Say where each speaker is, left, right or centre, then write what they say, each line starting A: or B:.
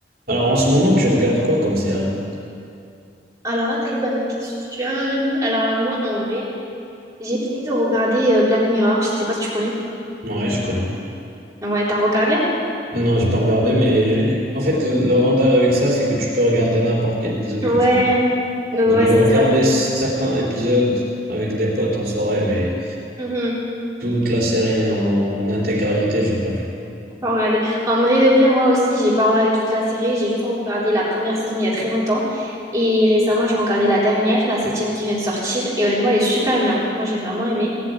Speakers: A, on the right; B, on the right.
A: Alors en ce moment, tu regardes quoi comme série?
B: Alors là, très bonne question. Alors là, moi, en vrai, j'ai fini de regarder euh, Black Mirror. Je sais pas si tu connais.
A: Ouais, je connais.
B: Ouais, t'as regardé?
A: Non, j'ai pas regardé, mais en fait, l'avantage avec ça, c'est que tu peux regarder n'importe quel épisode
B: Ouais.
A: que tu veux.
B: Ouais,
A: Donc j'ai
B: c'est
A: regardé
B: ça. genre.
A: certains épisodes avec des potes en soirée, mais
B: Mhm.
A: toute la série en, en intégralité, j'ai pas vu.
B: Faut Pas regarder. En vrai de vrai, moi aussi, j'ai pas regardé toute la série. J'ai juste regardé la première saison il y a très longtemps. Et récemment, j'ai regardé la dernière, la septième qui vient de sortir. Et honnêtement, elle est super bien. Moi, j'ai vraiment aimé.